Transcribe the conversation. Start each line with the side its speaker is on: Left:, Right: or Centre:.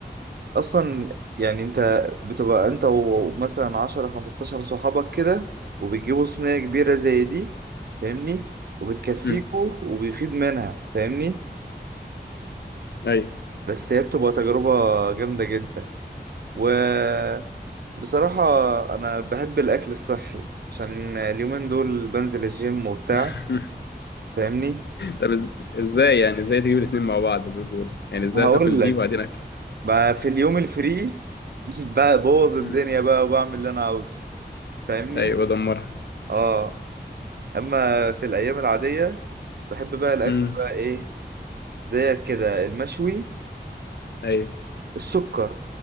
Right: أصلا يعني انت بتبقى انت ومثلا عشرة خمستاشر صحابك كده وبتجيبوا صينية كبيرة زي دي فاهمني وبتكفيكوا
Left: امم
Right: وبيفيد منها فاهمني
Left: ايوه
Right: بس هي بتبقى تجربة جامدة جدا وبصراحة أنا بحب الأكل الصحي عشان اليومين دول بنزل الجيم وبتاع
Left: <laughs>
Right: فاهمني
Left: طب إز- ازاي يعني ازاي تجيب الاتنين مع بعض برجوله يعني ازاي
Right: هقول
Left: تاكل
Right: لك
Left: دي وبعدين اكل
Right: بقى في اليوم الفري <laughs> ببوظ الدنيا
Left: امم
Right: بقى وبعمل اللي أنا عاوزه فاهمني
Left: ايوه بدمرها
Right: اه أما في الأيام العادية بحب بقى الأكل
Left: امم
Right: بقى إيه زيك كده المشوي
Left: ايوه
Right: السكر